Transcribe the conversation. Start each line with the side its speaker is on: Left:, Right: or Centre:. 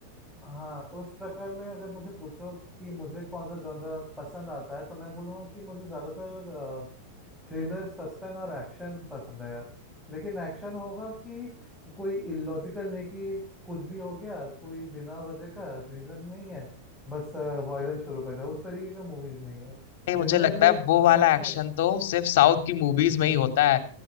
Centre: हाँ उस प्रकार में अगर मुझे पूछो कि मुझे कौन सा जॉनरा पसंद आता है तो मैं बोलूँगा कि मुझे ज़्यादातर थ्रिलर सस्पेंस और एक्शन पसंद है यार लेकिन एक्शन होगा कि कोई इलॉजिकल नहीं कि कुछ भी हो गया कोई बिना वजह का रीज़न नहीं है बस वायलेंस शुरू कर दिया उस तरीके का मूवीज़ नहीं यार
Left: भाई
Centre: जिनमें
Left: मुझे लगता
Centre: लाइक
Left: है वो वाला
Centre: सच
Left: एक्शन
Centre: में
Left: तो सिर्फ साउथ की मूवीज में
Centre: जी
Left: ही होता है